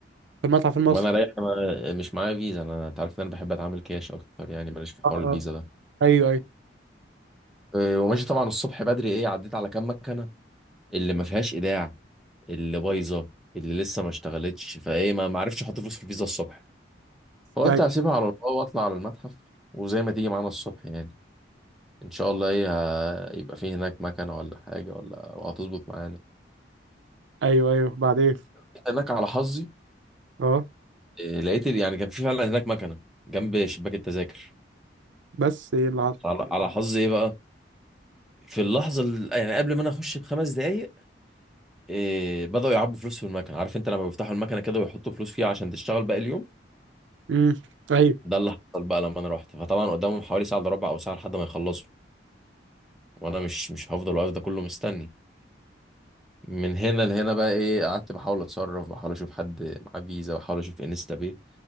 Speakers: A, on the right; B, in the centre.
A: في المتحف المصري
B: وانا رايح أنا مش معايا فيزا انا انت عارف ان انا بحب اتعامل كاش اكتر يعني ماليش في حوار
A: أه أه
B: الفيزا ده
A: أيوه أيوه
B: إيه وماشي طبعا الصبح بدري ايه عديت على كام مكنه اللي ما فيهاش ايداع اللي بايظه اللي لسه ما اشتغلتش فايه ما ما عرفش احط فلوس في الفيزا الصبح فقلت
A: أيوه
B: هسيبها على الله واطلع على المتحف وزي ما تيجي معانا الصبح يعني ان شاء الله ايه ه- يبقى في هناك مكنه ولا حاجه ولا وهتظبط معانا
A: أيوه أيوه بعدين
B: جيت هناك على حظي
A: أه
B: إيه، لقيت ال- يعني كان في فعلا هناك مكنه جنب شباك التذاكر
A: بس إيه اللي حصل؟
B: على على حظي ايه بقى في اللحظه ال- يعني قبل ما انا اخش بخمس دقايق إيه بداوا يعبوا فلوس في المكنه عارف انت لما بيفتحوا المكنه كده ويحطوا فلوس فيها عشان تشتغل باقي اليوم
A: امم أيوه
B: ده اللي حصل بقى لما انا رحت فطبعا قدامهم حوالي ساعه الا ربع او ساعه لحد ما يخلصوا وانا مش مش هفضل واقف ده كله مستني من هنا لهنا بقى ايه قعدت بحاول اتصرف بحاول اشوف حد معاه فيزا بحاول اشوف انستا باي